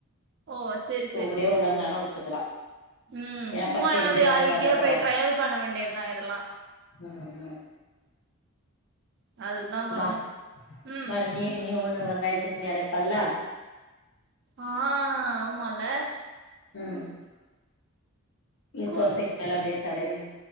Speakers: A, on the right; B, on the left.
A: ஓ சேரி சேரி
B: இப்டியே உடன்னாலு உட்டுக்கலா
A: ம்
B: ஏன்னா
A: சும்மா
B: ஃபர்ஸ்ட்
A: ஏதாவது
B: எண்ணெயில
A: யாரு
B: தான
A: வீட்லயோ
B: வதக்குறோ
A: போய் டிரயல் பண்ண வேண்டியதா இதெல்லா
B: ம் ம்
A: அதுதா பண்ணு
B: மா
A: ம்
B: மறு நீ நீ ஒண்ணு வெங்காய சட்னி அரைப்பல்ல
A: ஆ ஆமா இல்ல
B: ம் நீர்
A: கும்
B: தோசைக்கு மேல அப்டியே தடவி